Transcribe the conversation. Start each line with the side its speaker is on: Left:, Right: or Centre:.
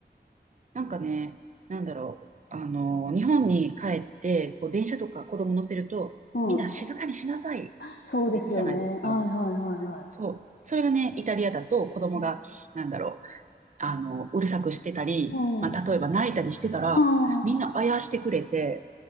Right: なんかね、なんだろう、あの、日本に帰って、こう、電車とか子供乗せると、
Left: うん、
Right: みんな静かにしなさいっ
Left: うん、そうですよね。
Right: て言うじゃないですか。
Left: はいはいはいはい。
Right: そう。それがね、イタリアだと子供が、
Left: う
Right: なんだろう、あの、うるさくしてたり、
Left: ん、
Right: まあ、例えば泣いたりしてたら、
Left: うん、うん
Right: みんなあやしてくれて、